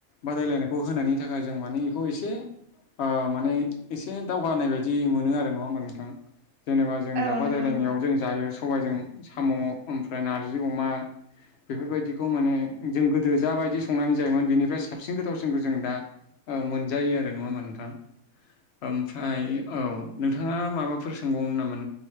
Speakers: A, on the left; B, on the right.
A: बादायलायनायखौ होनायनि थाखाय जों माने बेखौ एसे माने एसे दावगानाय बायदि मोनो आरो नङा होमबा नोंथां। जेनेबा जों
B: औ
A: दा बादायलायनायाव
B: नंगौ नोंथां
A: जों जायो सबायजों साम' ओमफ्राय नारजि अमा बेफोरबायदिखौ माने जों गोदो जाबायदि संनानै जायोमोन बिनिफ्राय साबसिन गोथावसिनखौ जों दा मोनजायो आरो नङा होमा नोंथां। ओमफ्राय औ नोंथाङा माबाफोर सोंबावनो नामोन